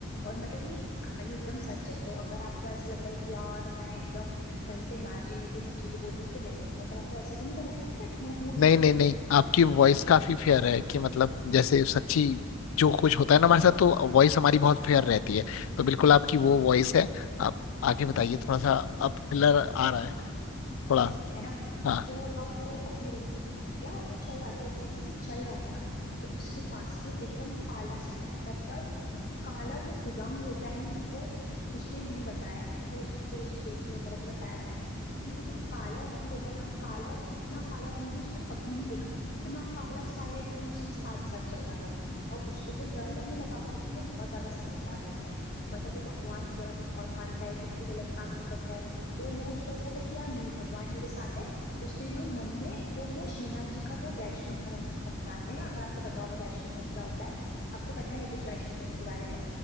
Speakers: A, on the left; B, on the left.
A: और मतलब ये कहानी एकदम सच है तो अगर आपको ऐसा लग रहा है कि यार मैं एकदम कहीं से इमेजिनरी ये सब चीजें बोल रही हूँ तो नहीं मतलब आपको ऐसा तो नहीं लग रहा है ना कि मैं झूठ वूठ
B: नहीं
A: बोल रही
B: नहीं
A: हूँ
B: नहीं आपकी वॉइस काफी फेयर है कि मतलब जैसे सच्ची जो कुछ होता है ना हमारे साथ तो वॉइस हमारी बहुत फेयर रहती है तो बिल्कुल आपकी वो वॉइस है आप आगे बताइए थोड़ा सा अब थ्रिलर आ रहा है थोड़ा
A: है ना
B: हाँ
A: तो अब वो अपने रूम से बाहर निकला और वो चल रहा था और जैसे ही वो चल रहा था ना तो उसके पास में एकदम काला साया मतलब काला जो रंग होता है ना वो उसने हमें बताया मतलब उस, जो उसके दोस्तों वगैरह को बताया था कि वो जो काला रंग होता है ना काला इतना काला रंग भी उसने कभी नहीं देखा इतना काला साया एकदम उसके साथ साथ चल रहा था अब उसको तो डर लगने लगा लेकिन वो बहुत ज्यादा समझदार लड़का है मतलब वो भगवान वगैरह में बहुत मानता है कुछ भी गलत काम नहीं करता है तो ना उसको ऐसा था कि यार नहीं भगवान मेरे साथ है उसने ना मन में वो ना श्रीनाथ जी का वो वैष्णव धर्म अपनाते हैं अगर आपको पता होगा वैष्णव धर्म क्या होता है आपको पता है कुछ वैष्णव धर्म के बारे में